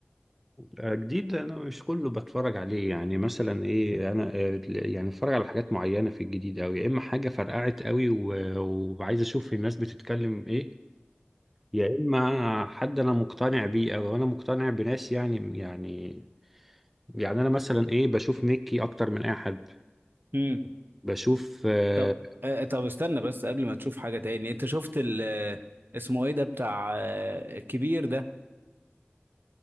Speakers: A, in the centre; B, on the right.
A: آه، جديد أنا مش كله بتفرج عليه يعني مثلا إيه أنا آه، يعني بتفرج على حاجات معينة في الجديد أوي يا إما حاجة فرقعت أوي و- وعايز أشوف الناس بتتكلم إيه يا إما حد أنا مقتنع بيه أو أنا مقتنع بناس يعني يعني يعني أنا مثلا إيه بشوف ميكي أكتر من أي حد
B: امم
A: بشوف آه،
B: طب آه، آه، طب استنى بس قبل ما تشوف حاجة تاني انت شفت ال آه، اسمه ايه ده بتاع آه، الكبير ده